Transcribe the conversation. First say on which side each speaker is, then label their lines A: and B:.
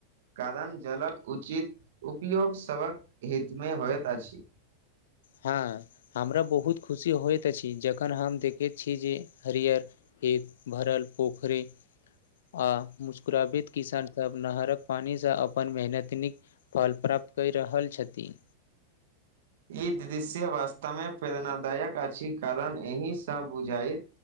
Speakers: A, on the right; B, on the left.
A: कारण जल कऽ उचित उपयोग सभक हितमे होइत अछि
B: ह हमरा बहुत खुशी होइत अछि जखन हम देखैत छी जे हरियर कि भरल पोखरे आ मुस्कराबैत किसानसभ नहरकऽ पानिसँ अपन मेहनत निक फल प्राप्त करि रहल छथिन।
A: ई दृश्य वास्तव मे प्रेरणादाय कऽ अछि कारण एहिसँ बुझाय